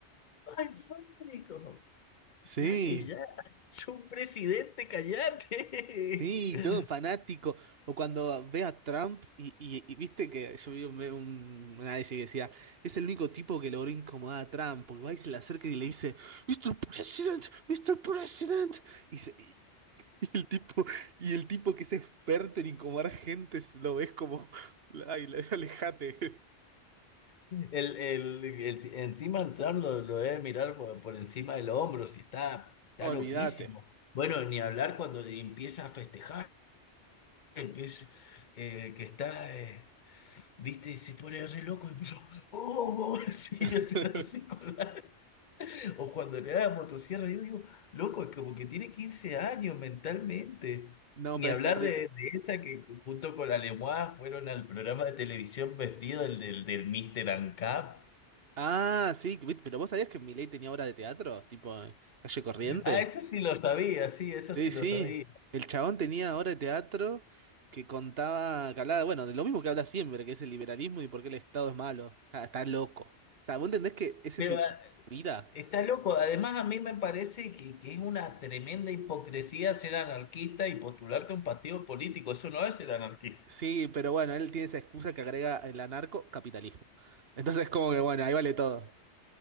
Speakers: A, on the left (about 55°); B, on the right (about 60°).
A: ¡ay, Federico!
B: Sí.
A: ¡Cállate ya! ¡Soy un presidente, cállate!
B: Sí,
A: <laughs>
B: todo fanático. O cuando ve a Trump y, y- y viste que yo vi un, un- un análisis que decía, es el único tipo que logró incomodar a Trump, porque va y se le acerca y le dice, Mister President, Mister President. Y, se- y- y el tipo, y el tipo que es experto en incomodar gente, se- lo ves como, ay, le- alejate.
A: El, el, el- encima el Trump lo, lo debe mirar por, por encima del hombro, si está, está
B: <laughs>
A: loquísimo.
B: Olvídate.
A: Bueno, ni hablar cuando empieza a festejar, empieza, eh, que está... eh, ¿Viste? Se pone re loco y yo, oh, <laughs> sí,
B: <laughs>
A: hacer así con la... O cuando le da la motosierra, yo digo, loco, es como que tiene 15 años mentalmente.
B: No,
A: Ni
B: pero
A: hablar
B: es terrible.
A: de, de esa que junto con la Lemois fueron al programa de televisión vestido, el del, del Mr. Ancap.
B: Ah, sí, ¿viste? pero vos sabías que Milei tenía obra de teatro, tipo eh, Calle Corriente.
A: Ah, eso sí lo sabía, sí, eso
B: Sí,
A: sí
B: sí.
A: lo sabía.
B: El chabón tenía obra de teatro que contaba, que hablaba, bueno, de lo mismo que habla siempre, que es el liberalismo y por qué el Estado es malo. Está, está loco. O sea, ¿vos entendés que ese
A: Pero
B: es el-
A: ah,
B: su vida?
A: está loco. Además, a mí me parece que, que es una tremenda hipocresía ser anarquista y postularte a un partido político. Eso no es ser anarquista.
B: Sí, pero bueno, él tiene esa excusa que agrega el anarcocapitalismo. Entonces, como que bueno, ahí vale todo.